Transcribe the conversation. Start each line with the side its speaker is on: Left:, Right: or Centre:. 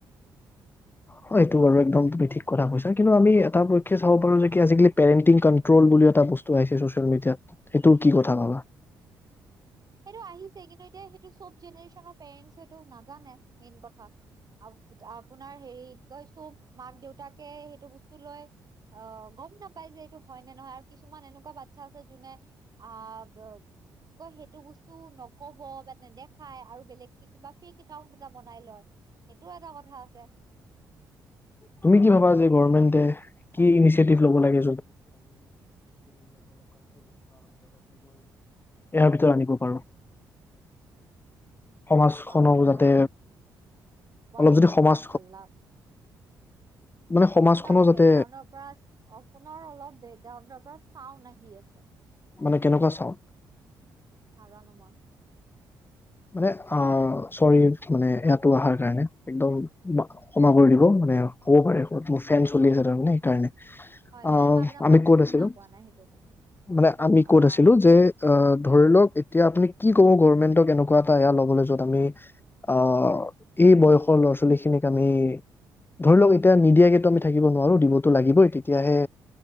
Left: হয় সেইটো বাৰু একদম তুমি ঠিক কথা কৈছা কিন্তু আমি এটা পক্ষে চাব পাৰো যে আজালি পেৰেণ্টিং ক্ৰল বুলি এটা বস্তচিয়েল মিডিয়াত সেইটো কি কথা ভাবা
Right: সেইটো আহিছে কিন্তু এতিয়া সেইটো চব জেনেৰেশ্যনৰ পেৰেণ্টটো নাজানে মেইন কথা আ আপোনাৰ হেৰি কৈ চো মাক দেউতাকে সেইটো বস্তু লৈ অঁ গম নাপাই যে এইটো হয় নে নহয় আৰু কিছুমান এনেকুৱা ব আচ্ছাছে জুনে অঁ কি কয় সেইটো এইটো বস্তু নক'ব বা নেদেখায় আৰু বেলেগ কিবা ফেক একাউন্ট এটা বনাই লয় সেইটো এটা কথা আছে।
Left: তুমি কি ভাবা যি গৰ্ৰবেনদে কি ইচিটিক লব লাগে আ নিজৰ আনিব পাৰো সমাজখনক
Right: বেকগ্ৰাউণ্ড
Left: যাতে অলপ যদি
Right: বেকগ্ৰাউণ্ড
Left: সমাজ
Right: হালা।
Left: মানে সমাজখনো
Right: আপোনাৰ অলপ
Left: যাতে
Right: বেকগ্ৰাউণ্ড ৰ পৰা আপোনাৰ অলপ বেকগ্ৰাউণ্ডৰ পৰা। চাওঁ নি আছে।
Left: মানে কেনেকুৱা চাও।
Right: নাজানো মই।
Left: মানে অহ চৰি মানে ইয়াতো আহাৰ কাৰণে একদম ক্ষমা কৰি দিব মানে হব পাৰে মোৰ ফেন চলি আছে তাৰমানে সেইকাৰণে।
Right: হয়
Left: অহ,
Right: মানে মই আপোনাৰ
Left: আমি
Right: মাতটো
Left: কত আছিলো
Right: শুনা পোৱা নাই সেইটো কাৰণে
Left: মানে আমি কত
Right: আম
Left: আছিলো যে আহ ধৰি লওক এতিয়া আপুনি কি কব গভৰ্মেন্টক এনেকুৱা এটা এয়া ল'বলৈ য'ত আমি আহ এই বয়সৰ ল'ৰা ছোৱালীখিনিক আমি ধৰি লওক এতিয়া নিদিয়াকেতো আমি থাকিব নোৱাৰো দিবতো লাগিবই তেতিয়াহে